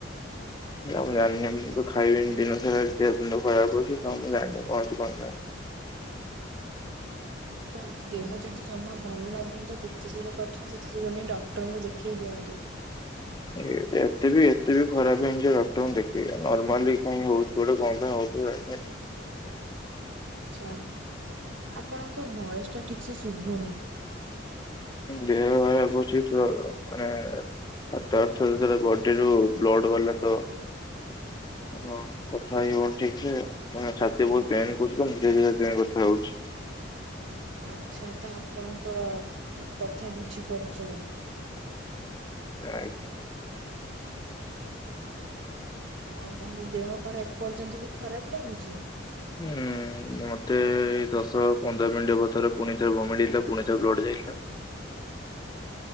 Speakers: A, on the left (about 20°); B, on the right (about 75°).
A: ସେରା ମୁଁ ଜାଣିନି ମୁତ ଖାଇବିନି ଦିନ ସାରା ଦେହ ଖରାପ୍ ଅଛି ମୁଁ ଜାଣିନି କଣ ହେଇଚି କଣ ନାଇଁ।
B: ତ ଦେହ ଯଦି ଜମା ଭଲ ଲାଗୁନି ଯେତେଶୀଘ୍ର ପାରୁଚନ୍ତି ସେତେ ଶୀଘ୍ର ନେଇ ଡାକ୍ତରଙ୍କୁ ଦେଖେଇ ଦିଅନ୍ତୁ।
A: ଏ ଏତେବି ଏତେବି ଖରାପ୍ ହେଇନିଯେ ଡକ୍ଟରଙ୍କୁ ଦେଖେଇବି ନର୍ମାଲି କାଇଁ ହଉଚି ଗୋଟେ କଣ ପାଇଁ ହଉଥିବ ଜାଣିନି।
B: ଆଛା ଆପଣଙ୍କ ଭଏସଟା ଠିକ୍ ସେ ଶୁବୁନି।
A: ଦେହ ଖରାପ୍ ହେଇଚିତ ମାନେ ଆଁ ତାଅର୍ଥର ଯେତେଳେ ବଡିରୁ ବ୍ଲଡ଼ ଗଲେତ ହଁ। କଥା ହେଇ ହଉନି ଠିକସେ ମାନେ ଛାତି ବହୁତ୍ ପେନ୍ କରୁଚିତ ମୁଁ ଧୀରେ ଧୀରେ ସେଥିପାଇଁ କଥା ହଉଚି।
B: ଆଚ୍ଛା ତଆପଣଙ୍କ କଥା ବୁଝିପାରୁଚି ମୁଁ।
A: ରାଇଟ୍।
B: ଆଉ ତମର ଦେହ କଣ ଏପର୍ଯ୍ୟନ୍ତ ବି ଖରାପ ଲାଗୁଛି।
A: ଉଁ ମତେ ଏଇ ଦଶ ପନ୍ଦର ମିନଟ୍ ହବଥର ପୁଣି ଥରେ <unintelligible> ପୁଣି ଥରେ ବ୍ଲଡ ଯାଇଥିଲା।